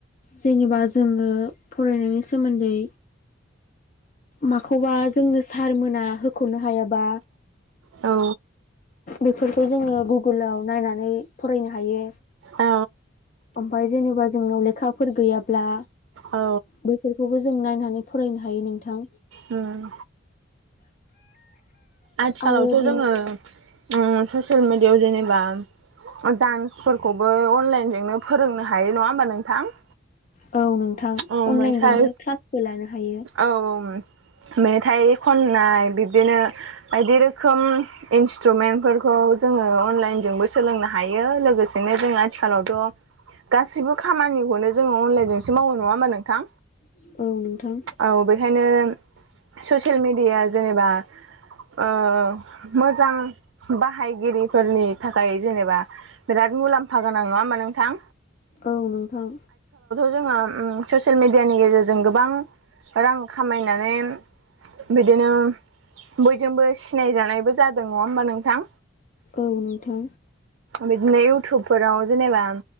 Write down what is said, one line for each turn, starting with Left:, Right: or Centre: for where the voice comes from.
Left: जेनेबा जोङो फरायनायनि सोमोन्दै माखौबा जोंनो सारमोना होख'नो हायाबा
Right: औ
Left: बेफोरखौ जोङो गुगोलाव नायनानै फरायनो हायो
Right: औ
Left: ओमफाय जेनेबा जोंनाव लेखाफोर गैयाब्ला
Right: औ
Left: बेैफोरखौबो जों नायनानै फरायनो हायो नोंथां
Right: उम आथिखालावथ'
Left: आरो बिनि
Right: जोङो ओ ससियेल मिडियायाव जेनेबा ओ दडान्सफोरखौबो अनलाइनजोंनो फोरोंनो हायो नङा होमबा नोंथां
Left: औ नोंथां
Right: औ
Left: अनलाइनजोंनो
Right: मै साय
Left: क्लासबो लानो हायो
Right: औ औ मेथाइ खननाय बिब्दिनो बायदि रोखोम इन्सट्रुमेन्टफोरखौ जों ङो अनलाइनजोंबो सोलोंनो हायो लोगोसेनो जों आथिखालावथ' गासिबो खामानिखौनो जोंङो अनलाइनजों एसे मावो नंङा होमबा नोंथां?
Left: औ नोंथां
Right: औ बेखायनो ससियेल मिडियाया जेनेबा ओ मोजां बाहाय गिरिफोरनि थाखाय जेनेबा बिराद मुलाम्फा गोनां नंङा होमबा नोंथां?
Left: औ नोंथां।
Right: जोंङो उम ससियेल मिडियानि गेजेरजों गोबां रां खामायनानै बिदिनो बयजोंबो सिनायजानायबो जादों नंङा होमबा नोंथां?
Left: औ नोंथां।
Right: बिदिनो इउटुबफोराव जेनेबा